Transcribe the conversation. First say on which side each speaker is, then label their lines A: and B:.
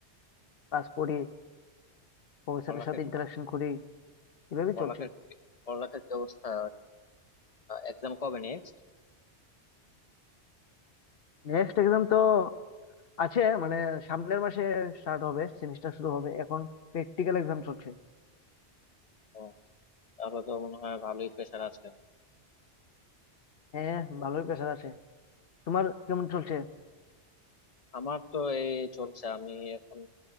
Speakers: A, on the left; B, on the left.
A: ক্লাস করি প্রফেসরের
B: পড়ালেখার
A: সাথে ইন্টারাকশন করি এভাবেই
B: পড়ালেখার
A: চলছে
B: কি- পড়ালেখার কি অবস্থা এক্সাম কবে নেক্সট
A: নেক্সট এক্সাম তো আছে মানে সামনের মাসে স্টার্ট হবে সেমিস্টার শুরু হবে এখন প্র্যাকটিক্যাল এক্সাম চলছে
B: ও তাহলে তো মনে হয় ভালোই প্রেশার আছে
A: হ্যাঁ ভালোই প্রেশার আছে তোমার কেমন চলছে
B: আমার তো এই চলছে আমি এখন